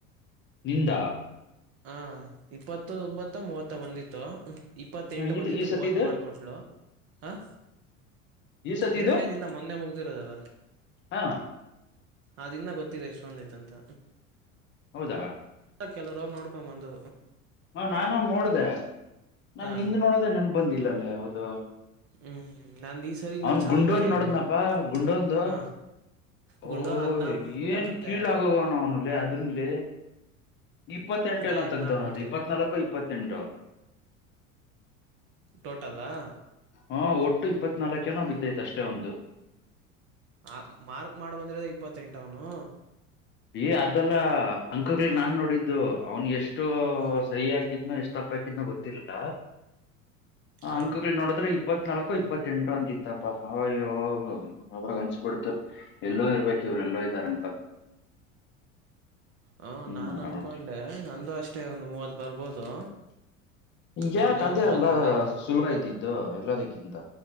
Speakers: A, on the left (about 30°); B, on the right (about 35°).
A: ನಿಂದ
B: ಹ ಇಪ್ಪತ್ತು ಒಂಬತ್ತ ಮೂವತ್ತ ಬಂದಿತ್ತು ಇಪ್ಪತ್ತೆಂಟು
A: ಹಾ, ಈ
B: ಬಂದಿತ್ತು
A: ಈ ಸತಿದು
B: ಮೂವತ್ತು ಮಾಡಕೊಟ್ಳ ಹಾಂ
A: ಈ ಸತಿದು
B: ಎರಡನೇ ದಿಂದ ಮೊನ್ನೆ ಮುಗ್ದಿರೋದಲ್ಲ
A: ಹಾ
B: ಅಿನ್ನ ಗೊತ್ತಿಲ್ಲ ಎಷ್ಟೊಂದಯ್ತಂತ
A: ಹೌದಾ
B: ಕೆಲ್ ನೋಡ್ಕೊ್ಂಬಂದು
A: ಹಾ ನಾನು ನೋಡ್ದ ನಾ
B: ಹಾ
A: ನಿಂದ ನೋಡದೆ ನನ್ ಬಂದಿಲ್ಲ ಅಲ್ಲೇ ಹೌದು
B: ಹ್ಮ್ ನಂದ್ ಈ ಸರಿ ಇನ್ನ
A: ಅವನ್
B: ಚೆನ್ನಾಗ್
A: ಗುಂಡೋಂದು
B: ಮಾಡಿದೀನಿ
A: ನೋಡ್ದ್ನಪ್ಪಾ
B: ಮೊನ್ನೆ
A: ಗುಂಡೊಂದು
B: ಹಾ
A: ಓ
B: ಗುಂಡೋನ್ ಹದ್ನಾಲ್ಕ್ ಬಿಟ್ಬಿಟ್ಟವನಂತೆ
A: ಏನ್ ಕೀಳ ಆಾಗೋಗವಣ ಅವ್ನುಲ್ಲಿ ಅದನ್ಲ್ಲಿ ಇಪ್ಪತ್ತೆಂಟು
B: ಆ
A: ನೋ
B: ಎಮ್
A: ತಗ್ದವನ
B: ನಾಕ್ ಕೊಟ್ಟಿ
A: ಅದು ಇಪ್ಪತ್ನಾಲ್ಕು ಇಪ್ಪತ್ತೆಂಟು
B: ಟೋಟಲ್ಲಾ
A: ಹಾ ಒಟ್ಟು ಇಪ್ಪತ್ನಾಾಲ್ಕೇನೋ ಬಿದ್ದೈತ ಅಷ್ಟೇ ಒಂದು
B: ಆ ಮಾರ್ಕ್ ಮಾಡ್ ಬಂದ್ರದ ಇಪ್ಪತ್ತೆಂಟ ಅವನು
A: ಏ ಅದೆಲ್ಲ ಅಂಕಗಳು
B: ಆ
A: ನಾನ್ ನೋಡಿದ್ದು ಅವ್ನ್ ಎಷ್ಟು
B: ಆ
A: ಸರಿ ಹಾಕಿದ್ನೋ ಎಷ್ಟು ತಪ್ಪಕಂತ ಗೊತ್ತಿಲ್ಲ
B: ಆ
A: ಅಂಕಗಳು ನೋಡಿದ್ರೆ ಇಪ್ಪತ್ನಾಲ್ಕು ಇಪ್ಪತ್ತೆಂಟು ಅಂತಿತ್ತಪ್ಪಾ ಅವಯ್ಯೋ ಅವ್ರಗ್ ಅನ್ಸಬಿಡ್ತು ಎಲ್ಲೋ ಇರ್ಬೇಕು ಇವರೆಲ್ಲೋ ಇದ್ದಾರಂತ
B: ಹ
A: ಹ್ಮ್
B: ನಾನ್ ಅನ್ಕೊಂಡೆ ನಂದು ಅಷ್ಟೇ ಒಂದು ಮೂವತ್ ಬರ್ಬೋದು
A: ಯಾಕ
B: ಮೊನ್ನೆ
A: ಅದೇ
B: ಒಂದ್ ಮೂವತ್
A: ಅಲ್ಲ
B: ಬಂದೈತೆ
A: ಸುಲಭ ಇದ್ದಿದ್ದು ಎಲ್ಲದಕ್ಕಿಂತ